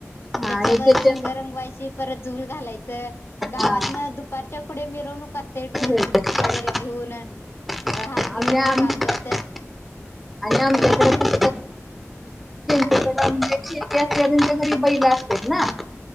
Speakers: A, in the centre; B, on the left (about 55°).
A: हा
B: त्याच्यावर
A: आणि त्याच्या
B: शिंग रंगवायची, परत झूल घालायचं गावातून
A: हा
B: दुपारच्या पुढे मिरवणूक असते. ढोल
A: वेगळंच आहे.
B: घेऊन.
A: <inaudible>
B: हलगी
A: हा
B: वगैरे
A: ज्यांच्याकडे
B: वाजवत
A: म्हणजे शेती असतात, त्यांच्याकडे बैल असतात ना.